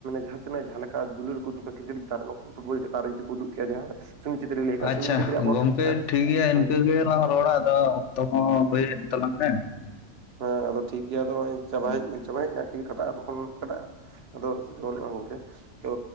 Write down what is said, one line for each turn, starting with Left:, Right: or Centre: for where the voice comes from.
Right: ᱡᱟᱦᱟᱸ ᱛᱤᱱᱟᱜ ᱡᱟᱦᱟᱸ ᱞᱮᱠᱟ ᱫᱩᱞᱟᱹᱲ <unintelligible> ᱠᱨᱤᱠᱮᱴ ᱪᱮᱛᱟᱱ ᱨᱮ ᱯᱷᱩᱴᱵᱚ ᱪᱮᱛᱟᱱ ᱨᱮ ᱡᱩᱫᱤ ᱠᱚ ᱩᱫᱩᱜ ᱠᱮᱭᱟ ᱡᱟᱦᱟᱸ᱾ ᱥᱩᱱᱤᱞ ᱪᱷᱮᱛᱨᱤ ᱞᱟᱹᱭ ᱠᱟᱜᱼᱟ
Left: ᱟᱪᱷᱟ
Right: ᱥᱩᱱᱤᱞ ᱪᱷᱮᱛᱨᱤ ᱟᱵᱚ
Left: ᱜᱚᱝᱠᱮ ᱴᱷᱤᱠᱜᱮᱭᱟ ᱤᱱᱠᱟᱹ
Right: ᱦᱮᱸ
Left: ᱜᱮᱞᱟᱝ ᱨᱚᱲᱟ ᱟᱫᱚ ᱚᱠᱛᱚ ᱦᱚᱸ
Right: ᱦᱮᱸ
Left: ᱦᱩᱭᱮᱱ ᱛᱟᱞᱟᱝ ᱦᱮᱸ᱾
Right: ᱦᱮᱸ ᱟᱫᱚ ᱴᱷᱤᱠ ᱜᱮᱭᱟ ᱟᱫᱚ ᱦᱚᱜ-ᱚᱭ ᱪᱟᱵᱟ
Left: ᱦᱳᱭ
Right: ᱮᱡ ᱪᱟᱵᱟ ᱦᱮᱡ ᱱᱟ ᱛᱤᱨᱮ ᱠᱟᱴᱟᱜ-ᱟ ᱛᱚᱠᱷᱚᱱ ᱠᱚᱴᱟᱜᱼᱟ ᱟᱫᱚ ᱚᱥᱩᱵᱤᱫᱟ ᱵᱟᱹᱱᱩᱜᱼᱟ ᱜᱚᱝᱠᱮ ᱛᱚ